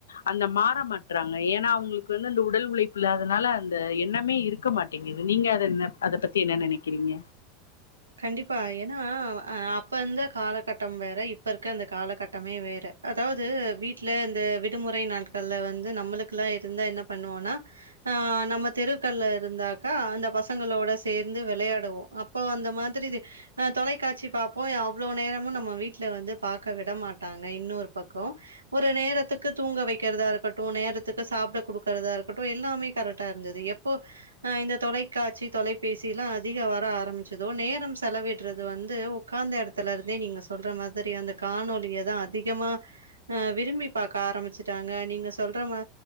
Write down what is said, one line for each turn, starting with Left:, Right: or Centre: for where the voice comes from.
Left: அந்த மாற மாட்டறாங்க ஏன்னா அவங்களுக்கு வந்து அந்த உடல் உழைப்பு இல்லாதனால அந்த எண்ணமே இருக்க மாட் டேங்குது நீங்க அத என்ன அத பத்தி என்ன நெனைக்கிறீங்க
Right: கண்டிப்பா ஏன்னா ஆ அப்போ இருந்த காலகட்டம் வேற இப்ப இருக்க இந்த காலகட்டமே வேற அதாவது வீட்ல இந்த விடுமுறை நாட்கள்ல வந்து நம்மளுக்கெல்லா இருந்தா என்ன பண்ணுவோன்னா நம்ம தெருக்கள்ல இருந்தாக்கா அந்த பசங்களோட சேர்ந்து வெளையாடுவோ அப்ப அந்த மாதிரி அ தொலைக்காட்சி பாப்போ அவ்ளோ நேரமு நம்ம வீட்ல வந்து பாக்க விட மாட்டாங்க இன்னொரு பக்க ஒரு நேரத்துக்கு தூங்க வெக்கிறதா இருக்கட்டு நேரத்துக்கு சாப்ட குடுக்கறதா இருக் கட்டு எல்லாமே கரெட்டா இருந்தது எப்போ இந்த தொலைக்காட்சி தொலைப் பேசிலா அதிக வர ஆரம்பிச்சதோ நேரம் செலவிடுறது வந்து உக்காந்த எடத்துல இருந்தே நீங்க சொல்ற மாதிரி அந்த காணொலியதா அதிகமா அ விரும்பி பாக்க ஆரம்பிச்சுட்டாங்க நீங்க சொல்ற மா